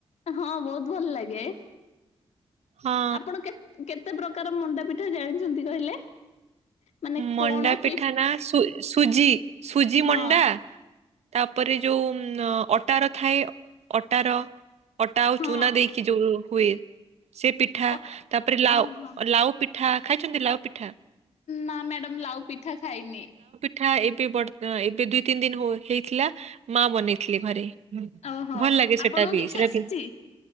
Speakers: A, on the left (about 85°); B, on the right (about 75°).
A: ହଁ ବୋହୁତ ଭଲଲାଗେ।
B: ହଁ
A: ଆପଣ କେ କେତେ ପ୍ରକାର ମଣ୍ଡା ପିଠା ଜାଣିଛନ୍ତି କହିଲେ? ମାନେ କଣ
B: ମଣ୍ଡା
A: ସେଇ
B: ପିଠା ନା ସୁ ସୁଜି ସୁଜି
A: ହଁ
B: ମଣ୍ଡା ତାପରେ ଯୋଉ ଅଟାର ଥାଏ ଅଟାର ଅଟା ଆଉ
A: ହଁ
B: ଚୁନା ଦେଇକି ଯୋଉ ହୁଏ ସେ ପିଠା
A: ଅଟ
B: ତାପରେ ଲାଉ
A: ହଁ ହଁ।
B: ଲାଉ ପିଠା, ଖାଇଛନ୍ତି ଲାଉ ପିଠା?
A: ନା ମ୍ୟାଡାମ ଲାଉ ପିଠା ଖାଇନି।
B: ଏଠା ଏବେ ବଡ ଏବେ ଦୁଇ ତିନି ଦିନ ହୋ ହେଇଥିଲା, ମା ବନେଇଥିଲେ ଘରେ।
A: ଓହୋ
B: ଭଲ ଲାଗେ
A: ଆପଣଙ୍କୁ
B: ସେଟା ବି
A: କିଛି
B: ସେଟା
A: ଆସିଛି?
B: ବି।